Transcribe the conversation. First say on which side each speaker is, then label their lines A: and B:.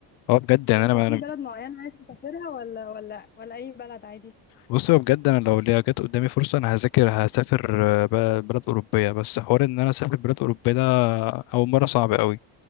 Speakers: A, on the left; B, on the left.
A: هو بجد يعني
B: طب انت
A: انا
B: في بلد معين عايز تسافرها ولا ولا ولا اي بلد عادي
A: بص هو بجد انا لو ليا جت قدامي فرصه انا هذاكر هسافر آه، ب- بلد اوروبيه بس حوار ان انا اسافر بلد اوروبيه ده اول مره صعب قوي